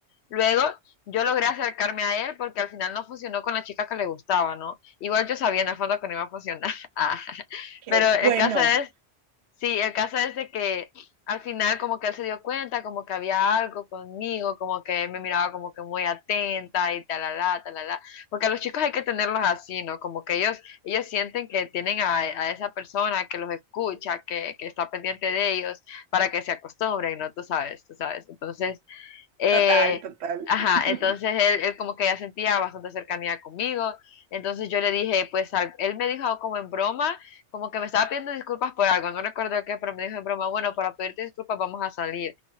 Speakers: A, on the left; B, on the right.
A: Luego, yo logré acercarme a él porque al final no funcionó con la chica que le gustaba, ¿no? Igual yo sabía en el fondo que no iba a funcionar. <laughs> Ah,
B: Qué
A: Pero el
B: bueno.
A: caso es Sí, el caso es de que al final como que él se dio cuenta, como que había algo conmigo, como que él me miraba como que muy atenta y talala, talala. Porque a los chicos hay que tenerlos así, ¿no? Como que ellos, ellos sienten que tienen a, a esa persona que los escucha, que, que está pendiente de ellos, para que se acostumbren, ¿no? Tú sabes, tú sabes. Entonces, eh,
B: Total, total.
A: ajá,
B: <laughs>
A: entonces él, él como que ya sentía bastante cercanía conmigo, entonces yo le dije, pues al- él me dijo como en broma, como que me estaba pidiendo disculpas por algo, no recuerdo qué, pero me dijo en broma, bueno, para pedirte disculpas vamos a salir.